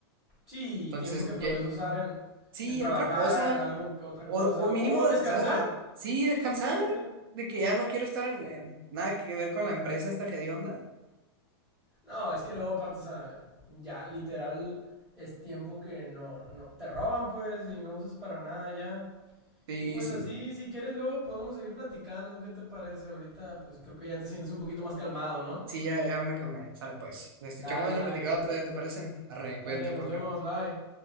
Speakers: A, in the centre; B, on the right (about 60°).
A: Sí,
B: Entonces,
A: tiempo que podrías
B: ya-
A: usar en,
B: sí,
A: en trabajar,
B: en otra cosa.
A: algo, otra
B: O,
A: cosa,
B: o mínimo,
A: o descansar.
B: ¿sabes? Sí,
A: Sí,
B: descansar,
A: simplemente.
B: de que ya no quiero estar en eh, nada que ver con la empresa esta hedionda.
A: No, es que luego aparte, o sea, ya literal es tiempo que no, no, te roban, pues, y no usas para nada ya.
B: Sí,
A: Y pues
B: sí,
A: así, si quieres, luego podemos seguir platicando. ¿Qué te parece? Ahorita, pues creo que ya te sientes un poquito más calmado, ¿no?
B: sí, ya, ya me calmé. Sale pues. Este,
A: Dale,
B: chamo de
A: dale.
B: lo platicado otro día, ¿te parece? Arre, cuídate,
A: Dale,
B: Jorge.
A: nos vemos, bye.